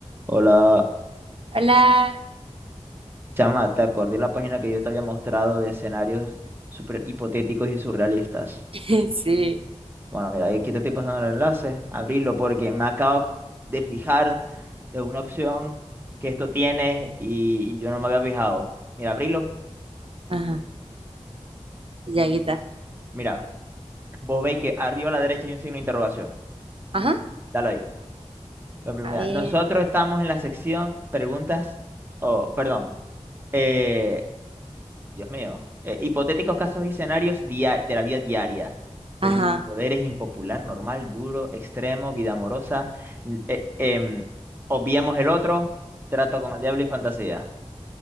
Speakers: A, on the right (about 20°); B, on the right (about 50°).
A: Hola,
B: Hola.
A: chama, te acordé la página que yo te había mostrado de escenarios super hipotéticos y surrealistas.
B: <laughs> Sí.
A: Bueno, mira, aquí te estoy pasando el enlace, abrilo porque me acabo de fijar de una opción que esto tiene y y yo no me había fijado. Mira, abrilo,
B: Ajá. Llaguita.
A: mira, vos veis que arriba a la derecha hay un signo de interrogación.
B: Ajá.
A: Dale ahí. Por ejemplo,
B: A
A: Mira,
B: ver.
A: nosotros estamos en la sección preguntas, o perdón, eh, Dios mío. Eh, hipotéticos casos y escenarios dia- de la vida diaria. Pero
B: Ajá.
A: y superpoderes impopular, normal, duro, extremo, vida amorosa. l- eh, em, obviemos el otro, trato con el diablo y fantasía.